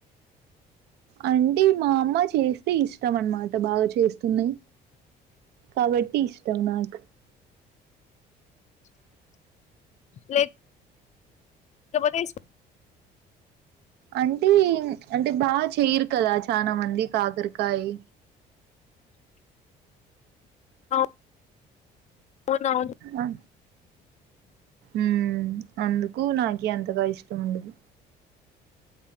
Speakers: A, on the right; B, on the left.
A: అంటే మా అమ్మ చేస్తే ఇష్టం అన్మాట బాగా చేస్తున్నానై కాబట్టి ఇష్టం నాక్
B: లేక్ కపోతే ఇస్
A: అంటే ఇన్ అంటే బాగా చేయిర్ కదా చానా మంది కాకర్కాయి
B: అ అవునువును
A: ఆ ఉమ్ అందుకూ నాకి అంతగా ఇష్టం ఉండదు